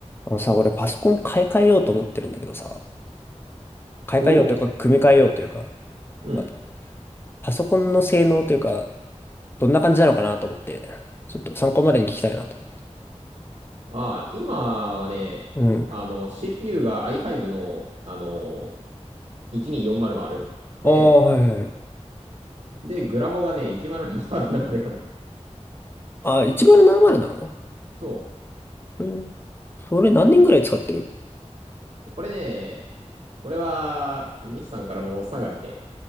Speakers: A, on the left (about 20°); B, on the right (about 55°).
A: あのさ、俺パソコン買い替えようと思ってるんだけどさ、買い替えようというか、
B: おお、
A: 組み替えようというか、
B: うん。
A: まあパソコンの性能というか、どんな感じなのかなと思って、ちょっと参考までに聞きたいなと。
B: あー、今はね、
A: うん。
B: あの、CPU が i5 の、あの、12400で、
A: ああ、はいはいはい。
B: で、グラボがね、1070ななまるなんだよね。
A: あ、1070ななまるなの
B: そ
A: えー、それ何年ぐらい使ってる
B: う。これね、これは、日産からのお下がりで、